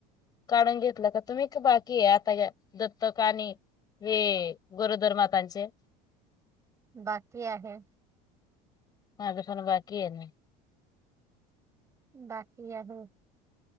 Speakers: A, on the left; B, on the right.
A: काढून घेतलं का तुम्ही बाकी आहे आता दत्तक आणि हे गोरोदर मातांचे
B: बाकी आहे.
A: माज पण बाकी आहे ना.
B: बाकी आहे.